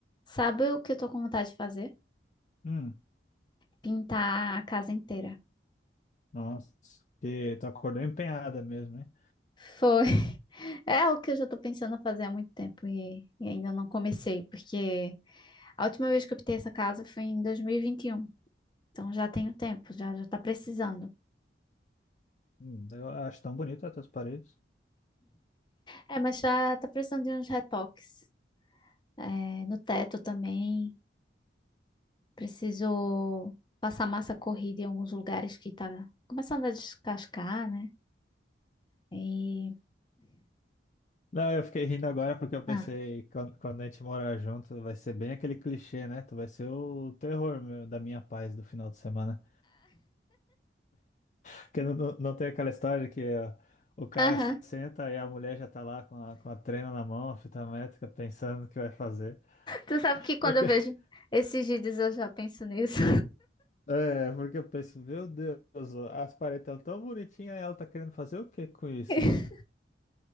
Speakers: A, on the left (about 25°); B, on the left (about 40°).
A: Sabe o que eu tô com vontade de fazer?
B: Hum,
A: Pintar a casa inteira.
B: nossa, que tu acordou empenhada mesmo, hein?
A: Foi. <laughs> É o que eu já tô pensando em fazer há muito tempo e, e ainda não comecei, porque a última vez que eu pintei essa casa foi em dois mil e e vinte e um. Então já tenho tempo, já, já tá precisando.
B: Hum, eu acho tão bonito as tuas paredes.
A: É, mas já tá precisando de uns retoques. É, no teto também. Preciso passar massa corrida em alguns lugares que tá começando a descascar, né? E.
B: Não, eu fiquei rindo agora porque eu pensei,
A: Ah.
B: quando, quando a gente morar junto, vai ser bem aquele clichê, né? Tu vai ser o terror meu- da minha paz do final de semana. Porque não, não não tem aquela história que ó, o cara
A: <laughs> Ah,
B: senta e a mulher já tá lá com a, com a trena na mão, a fita métrica, pensando o que vai fazer.
A: Tu sabe que quando
B: Porque,
A: eu vejo
B: <laughs>
A: esses vídeos eu já penso nisso.
B: é, porque eu penso, meu Deus, as paredes estão tão bonitinhas e ela tá querendo fazer o que com isso?
A: <laughs>